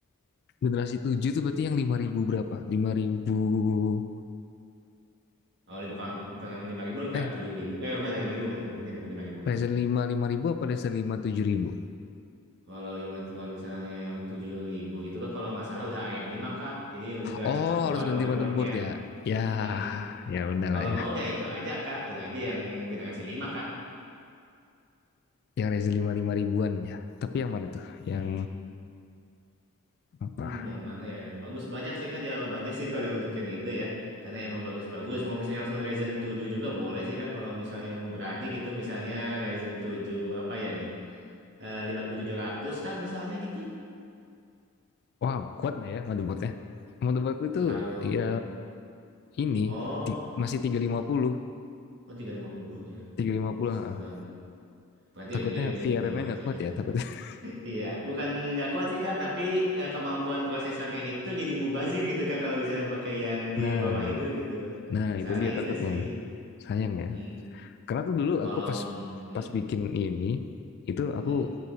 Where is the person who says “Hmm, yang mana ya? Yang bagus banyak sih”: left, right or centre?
Right